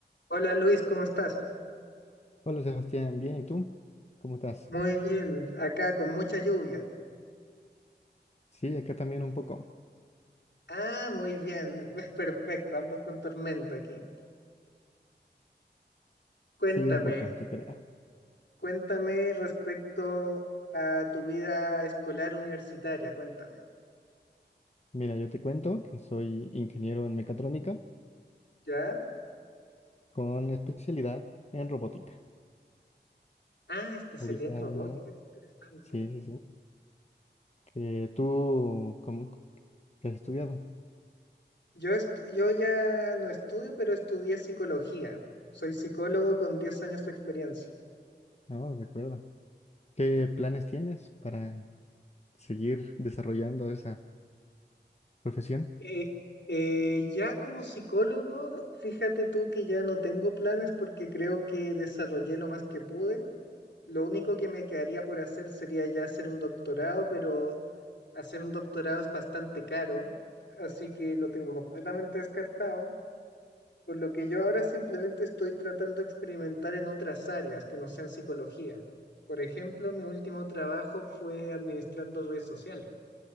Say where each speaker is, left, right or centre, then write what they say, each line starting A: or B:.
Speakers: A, on the left (about 75°); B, on the left (about 35°).
A: Hola Luis, ¿cómo estás?
B: Hola Sebastián, bien, ¿y tú? ¿Cómo estás?
A: Muy bien, acá con mucha lluvia.
B: Sí, acá también un poco.
A: Ah, muy bien, <laughs> perfecto, ambos con tormenta aquí. Cuéntame,
B: Sí, un poco, yo creo.
A: cuéntame respecto a tu vida escolar universitaria, cuéntame.
B: Mira, yo te cuento que soy ingeniero en mecatrónica
A: ¿Ya?
B: con especialidad en robótica.
A: Ah, especialidad
B: Ahorita,
A: en robótica,
B: ¿no?
A: qué interesante.
B: Sí, sí, sí. Que tú, ¿cómo que has estudiado?
A: Yo, estu- yo ya no estudio, pero estudié psicología. Soy psicólogo con 10 años de experiencia.
B: No, recuerda. ¿Qué planes tienes para seguir desarrollando esa profesión?
A: Eh, eh, ya como psicólogo, fíjate tú que ya no tengo planes porque creo que desarrollé lo más que pude. Lo único que me quedaría por hacer sería ya hacer un doctorado, pero hacer un doctorado es bastante caro, así que lo tengo completamente descartado. Por lo que yo ahora simplemente estoy tratando de experimentar en otras áreas que no sean psicología. Por ejemplo, mi último trabajo fue administrando redes sociales,